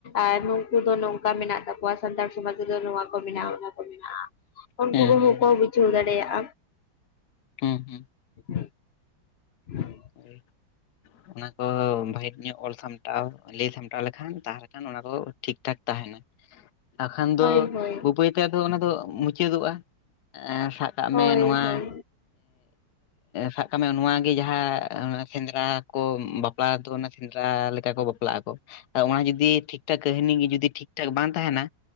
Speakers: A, on the left; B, on the left.
A: ᱟᱨ ᱱᱩᱠᱩ ᱫᱚ ᱱᱚᱝ ᱚᱱᱠᱟ ᱢᱮᱱᱟᱜ ᱛᱟᱠᱚᱣᱟ ᱥᱟᱱᱛᱟᱲ ᱥᱚᱢᱟᱡᱽ ᱨᱮᱫᱚ ᱱᱚᱣᱟ ᱠᱚ ᱢᱮᱱᱟᱜᱼᱟ ᱚᱱᱟ ᱠᱚ ᱢᱮᱱᱟᱜᱼᱟ ᱩᱱᱠᱩ
B: ᱦᱩᱸ
A: ᱠᱚᱦᱚᱸ
B: ᱦᱩᱸ ᱦᱩᱸ
A: ᱠᱚ ᱵᱩᱡ <unintelligible> ᱫᱟᱲᱮᱭᱟᱜᱼᱟᱢ
B: ᱦᱩᱸ ᱦᱩᱸ᱾
A: <unintelligible> <unintelligible>
B: ᱦᱳᱭ <unintelligible> ᱚᱱᱟ ᱠᱚ ᱵᱷᱟᱜᱮ ᱧᱚᱜ ᱚᱞ ᱥᱟᱢᱴᱟᱣ ᱞᱟᱹᱭ ᱥᱟᱢᱴᱟᱣ ᱞᱮᱠᱷᱟᱱ ᱛᱟᱦᱚᱞᱮ ᱠᱷᱟᱱ ᱚᱱᱟ ᱠᱚ ᱴᱷᱤᱠ ᱴᱷᱟᱠ ᱛᱟᱦᱮᱱᱟ ᱵᱟᱠᱷᱟᱱ ᱫᱚ
A: ᱦᱳᱭ ᱦᱳᱭ
B: ᱵᱟᱹᱵ. ᱭ ᱛᱮ ᱚᱱᱟ ᱫᱚ ᱢᱩᱪᱟᱹᱫᱚᱜᱼᱟ᱾ ᱟ ᱥᱟᱵ ᱠᱟᱜ
A: ᱦᱳᱭ
B: ᱢᱮ ᱱᱚᱣᱟ
A: ᱦᱳᱭ
B: ᱥᱟᱵ ᱠᱟᱜ ᱢᱮ ᱱᱚᱣᱟᱜ ᱜᱮ ᱡᱟᱦᱟᱸ ᱥᱮᱸᱫᱽᱨᱟ ᱠᱚ ᱵᱟᱯᱞᱟ ᱫᱚ ᱥᱮᱸᱫᱽᱨᱟ ᱞᱮᱠᱟ ᱠᱚ ᱵᱟᱯᱞᱟᱜ ᱟᱠᱚ ᱚᱱᱟ ᱦᱚᱸ ᱡᱩᱫᱤ ᱴᱷᱤᱠ ᱴᱷᱟᱠ ᱠᱟᱹᱦᱱᱤ ᱜᱮ ᱡᱩᱫᱤ ᱴᱷᱤᱠ ᱴᱷᱟᱠ ᱵᱟᱝ ᱛᱟᱦᱮᱸᱱᱟ